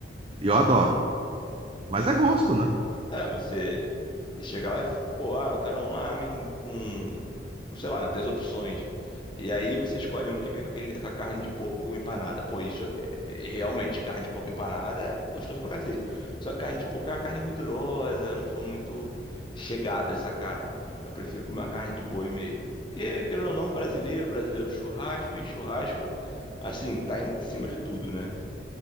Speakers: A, on the right; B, on the left.
A: E eu adoro. Mas é gosto, né?
B: É, você, você chega lá e, pô, ah, eu quero um lamen com, sei lá, né, tem as opções. E aí você escolhe um que vem com aquele, com a carne de porco empanada. Pô, isso é, é- é realmente carne de porco empanada é gostoso pra cacete. Só que carne de porco é uma carne gordurosa, eu não sou muito chegado a essa carne. Eu prefiro comer uma carne de boi mesmo. Porque, querendo ou não, brasileiro, brasileiro churrasco e churrasco, assim, tá em cima de tudo, né?